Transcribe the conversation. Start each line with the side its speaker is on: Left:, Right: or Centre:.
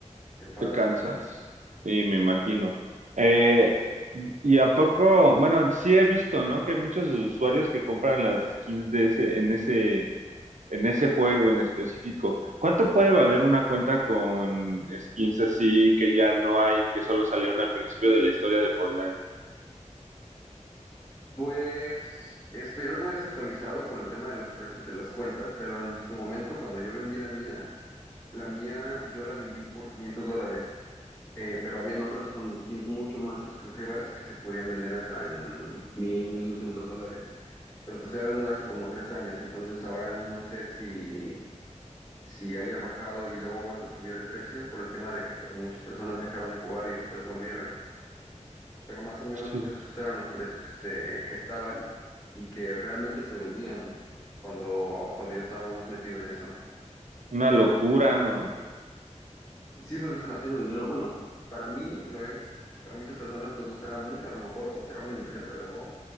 Left: te enfadas,
Right: Te cansas.
Left: ¿no?
Right: Sí, me imagino. Eh, y a poco, bueno, sí he visto, ¿no? Que hay muchos usuarios que compran las skins de ese, en ese, en ese juego en específico. ¿Cuánto puede valer una cuenta con skins así que ya no hay, que solo salieron al principio de la historia de Fortnite?
Left: Pues estoy algo desactualizado con el tema de los precios de las cuentas, pero en su momento cuando yo vendí la mía, La mía yo la vendí por 500 dólares, eh, pero habían otras con skins mucho más exclusivas que se podían vender hasta en mil mil doscientos dólares. Pero te estoy hablando de hace como tres años, entonces ahora no sé si, si haya bajado y luego vuelto a subir el precio por el tema de que pues muchas personas dejaron de jugar y después volvieron. Pero más o menos
Right: <laughs>
Left: pues esos eran los precios que se, que estaban y que realmente se vendían cuando, cuando yo estaba más metido en eso.
Right: Una locura, ¿no?
Left: Sí, pues es demasiado dinero. Bueno, para mí lo es. Para muchas personas, pues no será mucho a lo mejor o será una inversión, pero